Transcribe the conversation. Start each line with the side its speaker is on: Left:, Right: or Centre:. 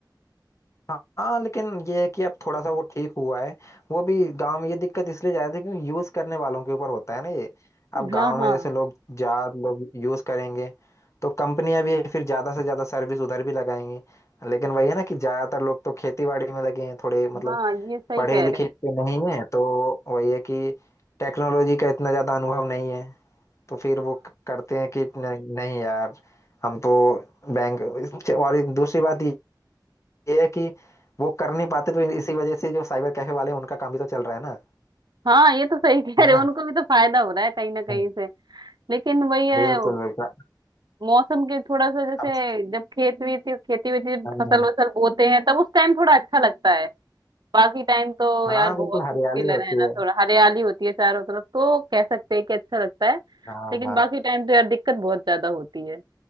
Left: हाँ लेकिन ये है कि अब थोड़ा सा वो ठीक हुआ है वो भी गांव में ये दिक्कत इसलिए ज्यादा थी क्योंकि यूज करने वालों के ऊपर होता है ना ये अब गांव
Right: हाँ हाँ
Left: में जैसे लोग ज्यादा लोग यूज करेंगे तो कंपनियां भी फिर ज्यादा से ज्यादा सर्विस उधर भी लगाएंगी लेकिन वही है ना कि ज्यादातर लोग तो खेती बाड़ी में लगे हैं थोड़े मतलब
Right: हाँ ये सही
Left: पढ़े
Right: कह
Left: लिखे
Right: रहे हो
Left: इतने नहीं है तो वही है कि टेक्नोलॉजी का इतना ज्यादा अनुभव नहीं है तो फिर वो क- करते हैं कि नहीं, नहीं यार हम तो बैंक और एक दूसरी बात ये है कि वो कर नहीं पाते तो इसी वजह से जो साइबर कैफे वाले हैं उनका काम भी तो चल रहा है ना
Right: हाँ ये तो सही कह
Left: है
Right: रहे
Left: ना
Right: हो उनको भी तो फायदा हो रहा है कहीं ना कहीं
Left: हाँ।
Right: से लेकिन वही है
Left: बिल्कुल बिल्कुल
Right: मौसम के थोड़ा सा जैसे
Left: अब
Right: जब खेत वीत खेती वेती जब
Left: हाँ
Right: फसल वसल बोते हैं तब उस टाइम थोड़ा अच्छा लगता है बाकी टाइम तो
Left: हाँ,
Right: यार बहुत
Left: बिल्कुल हरियाली
Right: मुश्किल
Left: होती
Right: है रहना
Left: है
Right: थोड़ा हरियाली होती है चारों तरफ तो कह सकते हैं कि अच्छा लगता है
Left: हाँ
Right: लेकिन
Left: हाँ।
Right: बाकी टाइम तो यार दिक्कत बहुत ज्यादा होती है